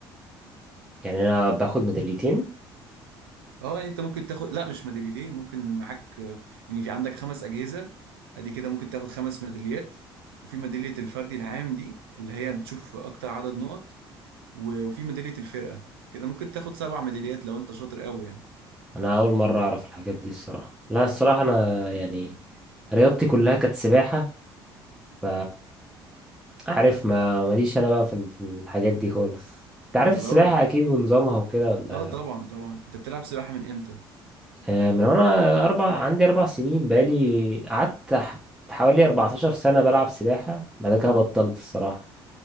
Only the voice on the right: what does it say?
اه يعني انت ممكن تاخد لا مش ميداليتين ممكن معاك آه، يعني في عندك خمس اجهزه ادي كده ممكن تاخد خمس ميداليات وفي ميداليه الفردي العام دي اللي هي بتشوف اكتر عدد نقط و- وفي ميداليه الفرقه كده ممكن تاخد سبع ميداليات لو انت شاطر قوي يعني
يا
راجل
اه طبعا طبعا انت بتلعب سباحه من امتى